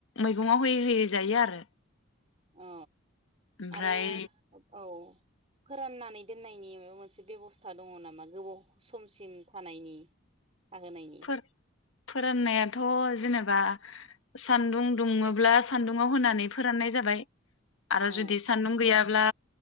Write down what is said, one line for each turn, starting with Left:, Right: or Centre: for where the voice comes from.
Left: मैगंआव होयै होयै जायो आरो।
Right: औ।
Left: ओमफ्राय
Right: आरो औ। फोराननानै दोननायनि माबा मोनसे बेबस्था दङ नामा गोबाव समसिम थानायनि थाहोनायनि
Left: फोर-फोराननायाथ जेनेबा सान्दुं दुङोब्ला सान्दुंङाव होनानै फोराननाय जाबाय। आरो
Right: औ
Left: जुदि सान्दुं गैया ब्ला